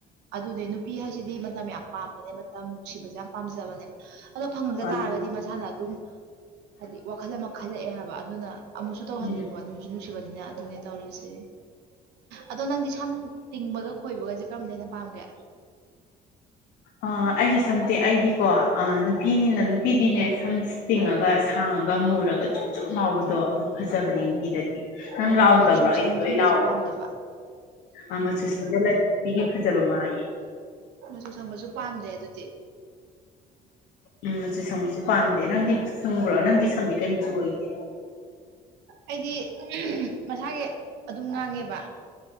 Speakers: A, on the right; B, on the left.
A: ꯑꯗꯨꯅꯦ ꯅꯨꯄꯤ ꯍꯥꯏꯁꯤꯗꯤ ꯃꯇꯝ ꯌꯥꯝ ꯄꯥꯝꯕꯅꯦ ꯃꯇꯝ ꯅꯨꯡꯁꯤꯕꯁꯦ ꯌꯥꯝ ꯄꯥꯝꯖꯕꯅꯦꯕ ꯑꯗꯣ ꯐꯪꯉꯖ
B: ꯑꯗꯨ
A: ꯇꯥꯔꯒꯗꯤ ꯃꯁꯥꯅ ꯑꯗꯨꯝ ꯍꯥꯏꯗꯤ ꯋꯥꯈꯜ ꯑꯃ ꯈꯜꯂꯛꯑꯦ ꯍꯥꯏꯕ ꯑꯗꯨꯅ ꯑꯃꯨꯛꯁꯨ ꯇꯧꯍꯟꯅꯤꯡꯕ
B: ꯎꯝ
A: ꯅꯨꯡꯁꯨ ꯅꯨꯡꯁꯤꯕꯅꯤꯅ ꯑꯗꯨꯅꯦ ꯇꯧꯔꯤꯁꯦ ꯑꯗꯣ ꯅꯪꯗꯤ ꯁꯝ ꯇꯤꯡꯕꯒ ꯈꯣꯏꯕꯒꯁꯦ ꯀꯔꯝꯅ ꯍꯅ ꯄꯥꯝꯒꯦ
B: ꯑ ꯑꯩꯒꯤ ꯁꯝꯇꯤ ꯑꯩꯗꯤꯀꯣ ꯅꯨꯄꯤꯅꯤꯅ ꯅꯨꯄꯤꯗꯤꯅꯦ ꯁꯝ ꯇꯤꯡꯉꯒ ꯁꯥꯡꯉꯒ ꯃꯨꯔꯒ ꯖꯨꯞ ꯖꯨꯝ ꯂꯥꯎꯕꯗꯣ ꯑꯗꯨ ꯐꯖꯕꯅꯦ ꯅꯨꯄꯤꯗꯗꯤ ꯅꯪ
A: ꯑꯣ
B: ꯂꯥꯎ
A: ꯃꯆꯨ
B: ꯇꯕ꯭ꯔꯣ ꯑꯩꯗꯤꯂꯣ
A: ꯁꯪꯖꯟꯕꯁꯨ
B: ꯏ ꯂꯥꯎꯑꯣꯦ
A: ꯄꯥꯝꯗꯕ
B: ꯑꯃꯁꯨ ꯁ꯭ꯋꯥꯏꯗ ꯅꯨꯄꯤꯒꯤ ꯐꯖꯕ ꯃꯥꯡꯉꯦ
A: ꯃꯆꯨ ꯁꯪꯕꯁꯨ ꯄꯥꯝꯗꯦ ꯑꯗꯨꯗꯤ
B: ꯎꯝ ꯃꯆꯨ ꯁꯪꯣꯏꯁꯨ ꯄꯥꯝꯗꯦ ꯅꯪꯗꯤ ꯁꯪꯕ꯭ꯔꯣ ꯅꯪꯗꯤ ꯁꯝꯗꯤ ꯀꯩ ꯃꯆꯨ ꯑꯣꯏꯗꯦ
A: ꯑꯩꯗꯤ ꯃꯁꯥꯒꯤ ꯑꯗꯨꯝ ꯉꯥꯡꯉꯦꯕ